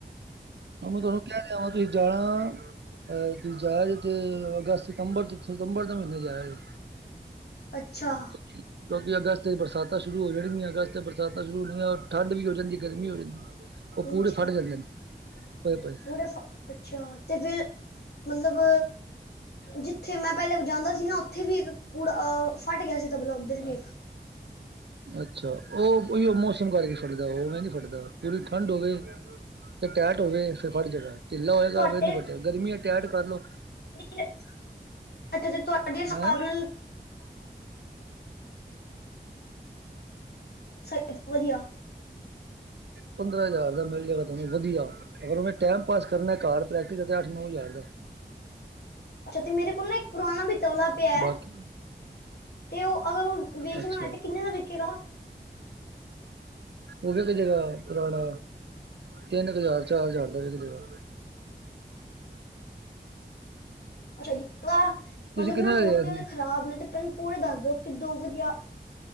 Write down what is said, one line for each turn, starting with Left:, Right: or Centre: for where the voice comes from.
Right: ਆ ਮੈਂ ਤੁਹਨੂੰ ਕਿਆ ਤੇ ਹੈਗਾ ਤੁਸੀਂ ਜਾਣਾ ਤੁੂੰ ਜਾਇਆ ਜੇ ਤੇ ਅਗਸਤ, ਸਤੰਬਰ ਤੇ ਸਤੰਬਰ ਦੇ ਮਹੀਨੇ ਜਾਇਆ ਦੇ।
Left: ਅੱਛਾ।
Right: ਕਿਉਂਕਿ, ਅਗਸਤ 'ਚ'ਬਰਸਾਤਾਂ ਸ਼ੁਰੂ ਹੋ ਜਾਣਗੀਆਂ ਅਗਸਤ ਬਰਾਤਾਂ ਸ਼ੁਰੂ ਹੋਣੀਆਂ ਔਰ ਠੰਡ ਵੀ ਜਾਂਦੀ ਗਰਮੀ ਹੋ ਜਾਂਦੀ। ਉਹ
Left: ਅੱਛਾ
Right: <unintelligible> ਜਾਂਦੇ ਨੇ
Left: <unintelligible>
Right: ਪਏ ਪਏ
Left: ਅੱਛਾ ਤੇ ਫਿਰ ਮਤਲਬ ਜਿੱਥੇ ਮੈਂ ਪਹਿਲੇ ਜਾਂਦਾ ਸੀ ਨਾ ਉੱਥੇ ਵੀ ਇੱਕ ਪੂੜਾ ਫਟ ਗਿਆ ਸੀ ਤਬਲਾ ਉੱਧਰ ਵੀ ਇੱਕ।
Right: ਅੱਛਾ, ਉਹ ਉਹੀਓ ਮੌਸਮ ਕਰਕੇ ਫਟਦਾ ਉਵੇ ਨੀ ਫਟਦਾ ਪੂਰੀ ਠੰਡ ਹੋਵੇ। ਤੇ ਟੈਟ ਹੋਵੇ ਫਿਰ ਖੜ ਜੇਗਾ ਢਿੱਲਾ ਹੋਏਗਾ
Left: ਤੁਹਾਡੇ
Right: ਫਿਰ ਨੀ ਖੜ ਗਾ ਗਰਮੀ ਐ ਟੈਟ ਕਰਲੋ।
Left: <unintelligible> ਅੱਛਾ ਤੇ ਤੁਹਾਡੀ ਹਿਸਾਬ
Right: ਹੈਂ
Left: ਨਾਲ <unintelligible>
Right: ਪੰਦਰਾਂ ਹਜ਼ਾਰ ਦਾ ਮਿਲ ਜਾਏਗਾ ਤੁਹਾਨੂੰ ਵਧੀਆ। ਅਗਰ ਟੈਮ, ਪਾਸ ਕਰਨਾ ਘਰ ਪ੍ਰੈਕਟਿਸ ਅੱਠ ਨੌ ਹਜ਼ਾਰ ਦਾ
Left: ਅੱਛਾ, ਤੇ ਮੇਰੇ ਕੋਲ ਨਾ ਇੱਕ ਪੁਰਾਣਾ ਵੀ ਤਬਲਾ ਪਿਆ
Right: ਬਾਕੀ
Left: ਤੇ ਉਹ ਅਗਰ ਉਹ ਵੇਚਣਾ
Right: ਅੱਛਾ
Left: ਹੈ ਤੇ ਕਿੰਨੇ ਦਾ ਵਿਕੇਗਾ?
Right: ਉਹ ਵਿਕ ਜਗਾ ਪੁਰਾਣਾ ਤਿੰਨ ਹਜ਼ਾਰ, ਚਾਰ ਹਜ਼ਾਰ ਦਾ ਵਿਕ ਜਾਏਗਾ।
Left: ਅੱਛਾ ਜੀ, ਜਿਕਾਂ
Right: ਤੁਸੀਂ
Left: ਮਤਲਬ
Right: ਕਿੰਨੇ
Left: ਨਾ
Right: ਦਾ
Left: ਪੂਟੈ
Right: ਲਿਆ ਸੀ
Left: ਉਹਦੇ ਖ਼ਰਾਬ ਨੇ ਤੇ ਤੈਨੂੰ ਪੂਰੇ ਦੱਸ ਦੋ ਕਿਦੋ ਵਧੀਆ